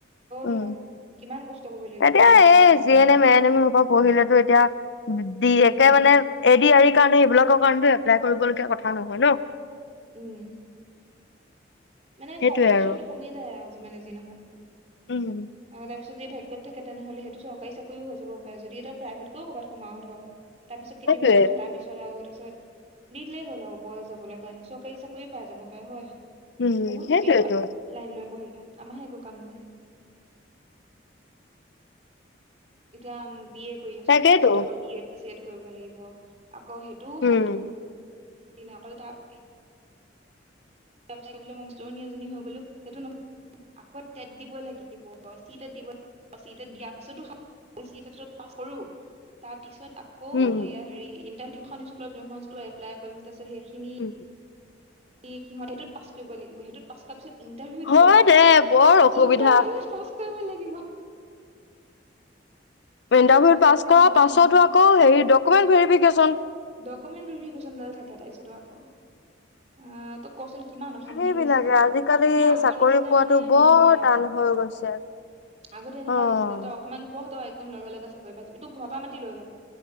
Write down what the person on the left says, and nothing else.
উম।
এতিয়া
এই
যি এন এম, অ এন এম পহিলে তো এতিয়া -- দি
একে মানে এ ডি আৰি কাৰণে এইবিলাকৰ কাৰণটো এপ্লাই কৰিবলগীয়া কথা নহয় ন।
সেইটোয়ে
আৰু
উম।
সেইটোয়ে
উম
সেইটোয়েতো
তাকেইতো
উম।
উম
উম
হয়
দে বৰ অসুবিধা
ইন্টাৰভিউ
পাছ
কৰা
পাছতো
আকৌ হেৰি ডকুমেণ্ট ভেৰিফিকেচন।
সেইবিলাকে
আজিকালি
চাকৰি
পোৱাতো
বৰ
টান হৈ গৈছে।
অ'।